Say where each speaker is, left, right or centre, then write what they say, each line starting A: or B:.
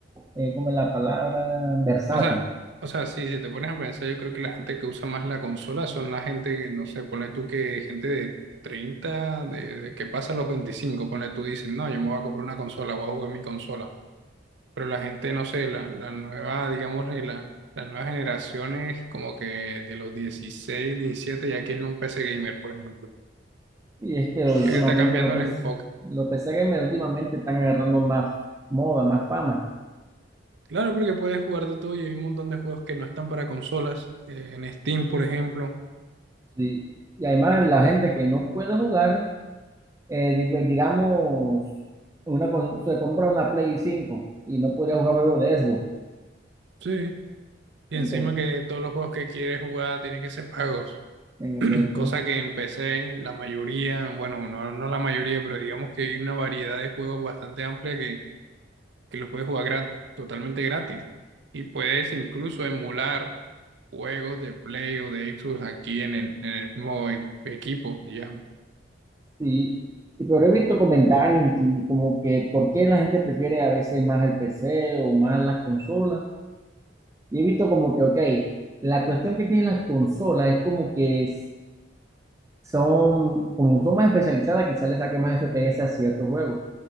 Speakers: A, on the right; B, on the right.
A: eh, como es la palabra, versátil.
B: O sea, o sea, sí, si te pones a pensar, yo creo que la gente que usa más la consola son la gente que, no sé, pone tú que gente de 30 de, de que pasa los veinticinco pone tú dicen, no, yo me voy a comprar una consola, voy a jugar mi consola. Pero la gente, no sé, la, la nueva, digamos, eh, la, las nuevas generaciones, como que de los 16 diecisiete ya quieren un PC gamer, por ejemplo.
A: Y es que últimamente
B: Yo creo que está cambiando
A: los
B: el enfoque.
A: PC, los PC gamers últimamente están agarrando más moda, más fama.
B: Claro, porque puedes jugar de todo y hay un montón de juegos que no están para consolas, eh, en Steam, por ejemplo.
A: Sí. Y además
B: En,
A: la gente que no puede jugar eh, di- pues, digamos, una con- se compra una Play 5 y no podría jugar juegos de Xbox.
B: sí. Y
A: Entonces,
B: encima que todos los juegos que quieres jugar tienen que ser pagos,
A: en
B: <clears throat>
A: efecto,
B: cosa que en PC la mayoría, bueno, no, no la mayoría, pero digamos que hay una variedad de juegos bastante amplia que, que los puedes jugar grat- totalmente gratis. Y puedes incluso emular juegos de Play o de Xbox aquí en el, en el mismo e- equipo, digamos.
A: sí. Y, pero he visto comentarios y, y como que por qué la gente prefiere a veces más el PC o más las consolas. Y he visto como que, ok, la cuestión que tienen las consolas es como que es- son, como son más especializadas, quizás le saque más FPS a ciertos juegos.